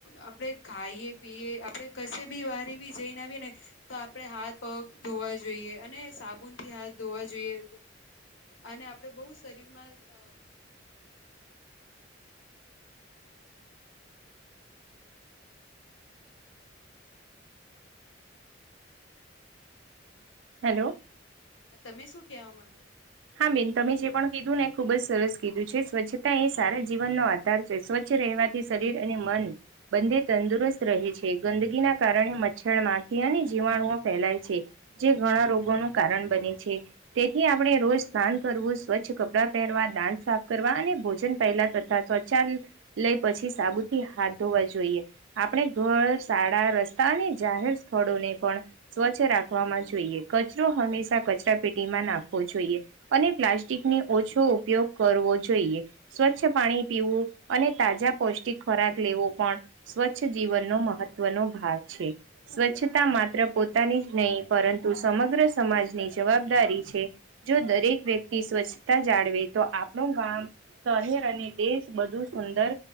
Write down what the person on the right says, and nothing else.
હેલો
હા, બેન તમે જે પણ કીધું ને એ ખુબ જ સરસ કીધું છે, સ્વચ્છતા એ સારા જીવનનો આધાર સ્વચ્છ રહેવાથી શરીર અને મન બંદે તંદુરસ્ત રહે છે, ગંદકીના કારણે મચ્છર માખી અને જીવાણુઓ ફેલાય છે. જે ઘણા રોગોનું કારણ બને છે, તેથી આપણે રોજ સ્નાન કરવું સ્વચ્છ કપડાં પહેરવા દાંત સાફ કરવા અને ભોજન પહેલા તથા સ્વછ લઈ પછી, સાબુથી હાથ ધોવા જોઈએ આપણે ઘર શાળા રસ્તા અને, જાહેર સ્થળોને પણ સ્વચ્છ રાખવામાં જોઈએ કચરો હંમેશા કચરા પેટીમાં, નાખવો જોઈએ. અને, પ્લાસ્ટિકને ઓછો ઉપયોગ કરવો જોઈએ. સ્વચ્છ પાણી પીવું અને, તાજા પૌષ્ટિક ખોરાક લેવો પણ સ્વચ્છ જીવનનો મહત્વનો ભાગ છે. સ્વચ્છતા માત્ર પોતાની જ નહીં પરંતુ સમગ્ર સમાજની જવાબદારી છે. જો દરેક વ્યક્તિ સ્વચ્છતા જાળવે તો આપણું ગામ શહેર અને દેશ બધું સુંદર